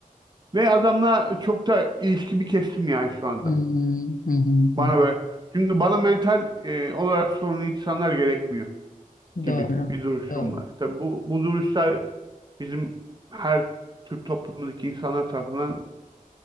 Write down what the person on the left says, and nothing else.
Hı hı. Hı hı.
Hı.
Doğru.
Doğru.